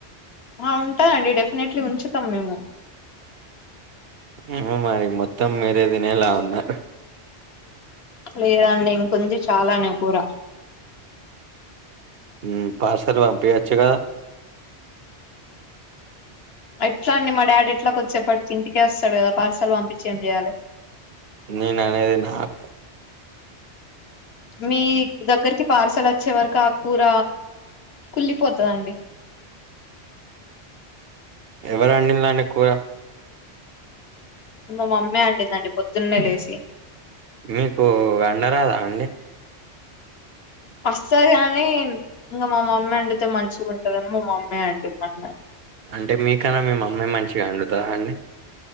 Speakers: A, on the left; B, on the right.
A: ఆ ఉంటదండి డెఫినెట్లీ ఉంచుతాం మేము
B: ఏమో మరి మొత్తం మీరే దినేలా ఉన్నారు
A: లేదండి ఇంక ఉంది చాలానే కూర
B: ఉమ్ పార్సల్ పంపియొచ్చుగా
A: ఎట్లా అండి మా డాడీ ఎట్లాగు కొద్దిసెప్పటికి ఇంటికే వస్తాడు గదా పార్సల్ పంపించి ఏం జేయాలే
B: నేను అనేది నాకు
A: మీ దగ్గరికి పార్సల్ వచ్చే వరకు ఆ కూర కుళ్ళిపోతదండి
B: ఎవరొండి రండి కూర
A: మా మమ్మే అండిందండి పొద్దున్నే లేసి
B: మీకు వండరాదా అండి
A: వస్తది గాని ఇంకా మా మమ్మీ వండితే మంచిగా ఉంటదని మా మమ్మీ వండ మన్న
B: అంటే మీకన్నా మీ మమ్మీ మంచిగా వండుతదా అండి